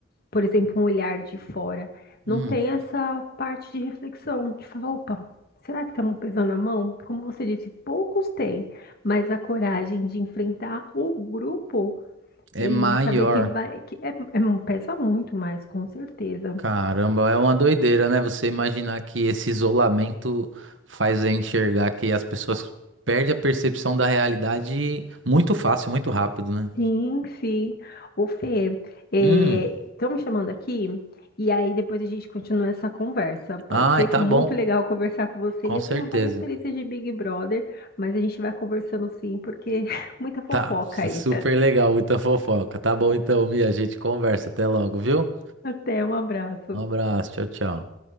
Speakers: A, on the left; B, on the right.
A: Por exemplo, um olhar de fora, não
B: Hum,
A: tem essa parte de reflexão, de falar, opa, será que estamos pesando a mão? Como você disse, poucos têm, mas a coragem de enfrentar o grupo
B: é
A: e
B: maior.
A: saber que vai, que é, é- é, um, pesa muito mais, com certeza.
B: Caramba, é uma doideira, né? Você imaginar que esse isolamento faz eu enxergar que as pessoas perdem a percepção da realidade muito fácil, muito rápido, né?
A: Sim, sim. Ô, Fê,
B: Hum,
A: estão me chamando aqui e aí depois a gente continua essa conversa. Pode
B: ai,
A: ser
B: tá
A: que é muito
B: bom,
A: legal conversar com você.
B: com
A: E eu
B: certeza.
A: tenho várias experiências de Big Brother, mas a gente vai conversando sim, porque <laughs> muita fofoca
B: Tá, <laughs> su-
A: aí.
B: super legal, muita fofoca. Tá bom então, Mia, a gente conversa. Até logo, viu?
A: Até, um abraço.
B: Um abraço, tchau, tchau.